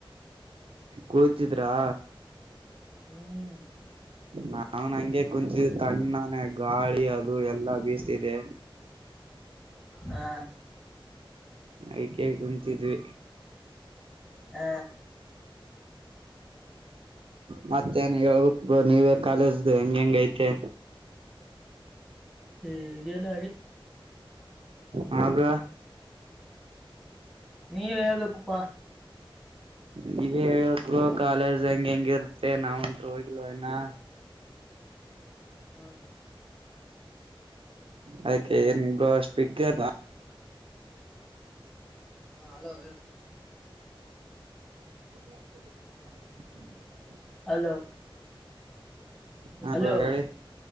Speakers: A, on the right; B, in the centre.
A: ಕೂಳತಿದ್ರಾ
B: ಹ್ಮ್
A: ನಾವ್ ನಂಗೆ ಕುಂಚು ತಣ್ಣನೆ ಗಾಳಿ ಅದು ಎಲ್ಲಾ ಬೀಸ್ತಿದ್ದಿದೆ
B: ಹಾ
A: ಆಯ್ಕೆ ಕುಂತಿದ್ವಿ
B: ಹ್ಮ
A: ಮತ್ತೇನ್ ಹೇಳ್ಬೇಕಕ್ ನೀವೇ ಕಾಲೇಜ್ದು ಹೆಂಗ ಹೆಂಗ ಐತೆ
B: ಹಗೆಲ್ಲೆ
A: ಹರ
B: ನೀವ್ ಹೇಳ್ಬೇಕುಪ್ಪಾ
A: ನೀವೇ ಹೇಳರು ಕಾಲೇಜ್ ಹೆಂಗ ಹೆಂಗಿರುತ್ತೆ ನಾವತ್ ಹೋಗಿಲ್ವ ನ
B: ಹ್ಮ್
A: ಅದಕ್ಕೆ ಸಪಕ್ಕರ್
B: ಹಾ ಹಲೋ ಹೇಳ
A: <inaudible>
B: ಹಲೋ
A: ಹಾ
B: ಹಲೋ
A: ಬ್ರೋ ಹೇಳಿ